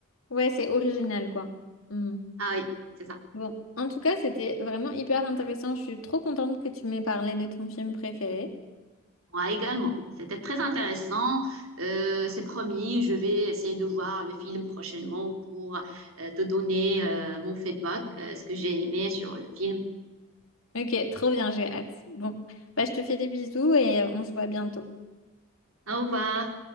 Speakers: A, on the left (about 85°); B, on the right (about 85°).
A: Ouais, c'est original, quoi. Hmm.
B: ah oui, c'est ça.
A: Bon, en tout cas, c'était vraiment hyper intéressant. Je suis trop contente que tu m'aies parlé de ton film préféré.
B: Moi également. C'était très intéressant. Euh, c'est promis, je vais essayer de voir le film prochainement pour euh, te donner euh, mon feedback, euh, ce que j'ai aimé sur le film.
A: Ok, trop bien, j'ai hâte. Bon, bah, je te fais des bisous et on se voit bientôt.
B: Au revoir.